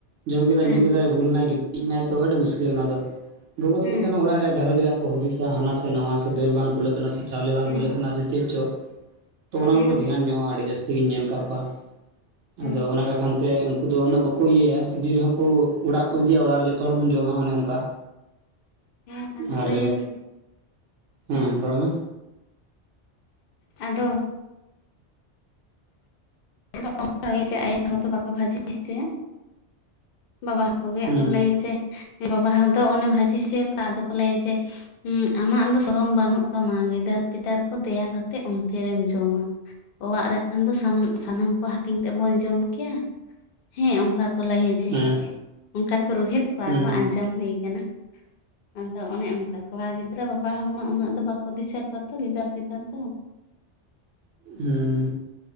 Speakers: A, on the right (about 80°); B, on the left (about 60°).
A: ᱡᱚᱢ ᱠᱮᱫᱟᱭ
B: ᱦᱮᱸ
A: ᱧᱩ ᱠᱮᱫᱟᱭ ᱵᱷᱩᱞ ᱮᱱᱟᱭ ᱜᱤᱛᱤᱡ ᱮᱱᱟᱭ ᱛᱚ ᱟᱹᱰᱤ ᱢᱩᱥᱠᱤᱞ ᱚᱱᱟ ᱫᱚ᱾ ᱜᱚᱜᱚ ᱛᱚᱠᱚ
B: ᱦᱮᱸ
A: ᱫᱚ ᱛᱟᱦᱮᱱᱟ ᱚᱲᱟᱜ ᱨᱮ ᱜᱷᱟᱨᱚᱸᱧᱡᱽ ᱨᱮᱭᱟᱜ ᱦᱩᱫᱤᱥᱟ ᱦᱟᱱᱟ ᱥᱮ ᱱᱟᱣᱟ ᱥᱮ ᱫᱟᱹᱞ ᱵᱟᱝ ᱠᱩᱞᱟᱹᱜ ᱠᱟᱱᱟ ᱥᱮ ᱪᱟᱣᱞᱮ ᱵᱟᱝ
B: ᱦᱮᱸ
A: ᱠᱩᱞᱟᱹᱜ ᱠᱟᱱᱟ ᱥᱮ ᱪᱮᱫ ᱪᱚ ᱛᱚ ᱚᱱᱟ
B: ᱦᱮᱸ
A: ᱠᱚᱠᱚ ᱫᱷᱮᱭᱟᱱ ᱧᱚᱜᱼᱟ ᱟᱹᱰᱤ ᱡᱟᱹᱥᱛᱤ ᱜᱤᱧ ᱧᱮᱞ ᱟᱠᱟᱫ ᱠᱚᱣᱟ ᱾
B: ᱦᱮᱸ
A: ᱟᱫᱚ ᱚᱱᱟ ᱠᱚ ᱠᱷᱟᱱ ᱛᱮ ᱩᱱᱠᱩ ᱫᱚ ᱩᱱᱟᱹᱜ ᱵᱟᱠᱚ ᱠᱚ ᱤᱭᱟᱹᱭᱟ ᱤᱫᱤ ᱨᱮᱦᱚᱸ ᱠᱚ ᱚᱲᱟᱜ ᱠᱚ ᱤᱫᱤᱭᱟ ᱚᱲᱟᱜ ᱨᱮ ᱡᱚᱛᱚ ᱦᱚᱲ ᱵᱚᱱ ᱡᱚᱢᱟ ᱚᱱᱮ ᱚᱱᱠᱟ ᱾
B: ᱦᱮᱸ ᱟᱫᱚ
A: ᱟᱨ
B: ᱞᱟᱹᱭᱟᱠᱚ
A: ᱦᱮᱸ
B: ᱧᱮᱞ
A: ᱨᱚᱲ ᱢᱮ
B: ᱟᱫᱚ <unintelligible> ᱟᱭᱳ ᱦᱚᱲ ᱠᱚ ᱵᱟᱠᱚ ᱵᱷᱟᱹᱡᱤ ᱦᱚᱪᱚᱭᱟ? ᱵᱟᱵᱟ ᱦᱚᱲᱠᱚᱜᱮ
A: ᱦᱩᱸ
B: ᱟᱫᱚ ᱞᱟᱹᱭᱟ ᱡᱮ ᱵᱟᱵᱟ ᱦᱚᱲ ᱫᱚ ᱚᱱᱮ ᱵᱷᱟᱹᱡᱤ ᱦᱚᱪᱭᱟ ᱠᱚ᱾ ᱟᱫᱚ ᱠᱚ ᱞᱟᱹᱭᱟ ᱡᱮ ᱦᱚᱸ ᱟᱢᱟᱜ ᱫᱚ ᱥᱚᱨᱚᱢ ᱵᱟᱹᱱᱩᱜ ᱛᱟᱢᱟ᱾ ᱜᱤᱫᱟᱹᱨ ᱯᱤᱫᱟᱹᱨ ᱠᱚ ᱫᱮᱭᱟ ᱠᱟᱛᱮ ᱚᱱᱛᱮ ᱨᱮᱢ ᱡᱚᱢᱟ᱾ ᱚᱲᱟᱜ ᱨᱮ ᱠᱷᱟᱱ ᱫᱚ ᱥᱟᱢᱟᱱ ᱥᱟᱱᱟᱢ ᱠᱚ ᱦᱟᱹᱴᱤᱧ ᱛᱮ ᱵᱚᱱ ᱡᱚᱢ ᱠᱮᱭᱟ ᱦᱮᱸ ᱚᱱᱠᱟ ᱠᱚ ᱞᱟᱹᱭ ᱾ ᱡᱮ
A: ᱦᱩᱸ
B: ᱚᱱᱠᱟ ᱠᱚ ᱨᱳᱦᱮᱫ ᱠᱚᱣᱟ
A: ᱦᱩᱸ
B: ᱠᱚ ᱟᱸᱡᱚᱢ ᱦᱩᱭ ᱟᱠᱟᱱᱟ᱾ ᱟᱫᱚ ᱚᱱᱮ ᱚᱱᱠᱟ ᱠᱚᱲᱟ ᱜᱤᱫᱽᱨᱟᱹ ᱵᱟᱵᱩ ᱵᱟᱵᱟ ᱦᱚᱲ ᱢᱟ ᱩᱱᱟᱹᱜ ᱫᱚ ᱵᱟᱠᱚ ᱫᱤᱥᱟᱹ ᱠᱚᱣᱟ ᱛᱚ ᱜᱤᱫᱟᱹᱨ ᱯᱤᱫᱟᱹᱨ ᱫᱚ᱾
A: ᱦᱩᱸ,